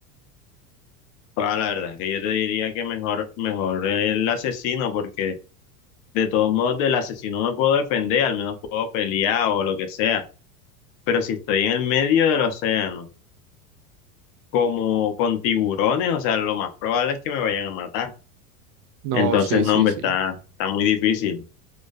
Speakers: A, on the left; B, on the right.
A: Ah, la verdad es que yo te diría que mejor, mejor el asesino, porque De todos modos, del asesino me puedo defender, al menos puedo pelear o lo que sea. Pero si estoy en el medio del océano, como con tiburones, o sea, lo más probable es que me vayan a matar.
B: No,
A: Entonces,
B: sí,
A: no,
B: sí,
A: hombre,
B: sí.
A: está, está muy difícil.